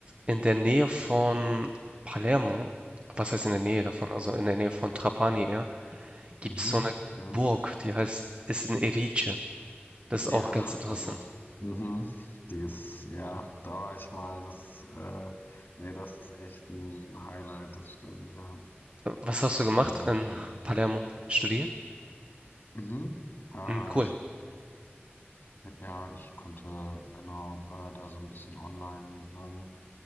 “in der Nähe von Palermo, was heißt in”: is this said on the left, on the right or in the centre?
Right